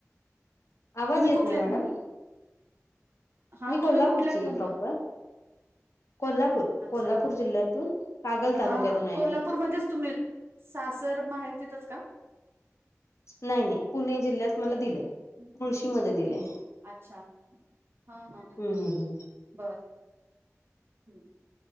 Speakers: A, on the left (about 65°); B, on the right (about 45°).
A: आवाज
B: तुम्ही
A: येत
B: कुठल्यात
A: नाही मॅडम
B: म्हणलं हा
A: मी
B: तुम्ही
A: कोल्हापूरची
B: कुठल्यात
A: आहे
B: म्हणलं?
A: प्रॉपर कोल्हापूर
B: अच्छा
A: कोल्हापूर जिल्ह्यातून कागल तालुक्यातून
B: हा हा,
A: आहे
B: कोल्हापूर
A: मी
B: मध्येच तुम्ही सासर माहेर तिथेच का?
A: नाही नाही, पुणे जिल्ह्यात मला दिलेय.
B: हम्म.
A: मुळशी मध्ये दिले.
B: अच्छा हा हा ह.
A: हम्म हम्म.
B: बरं हा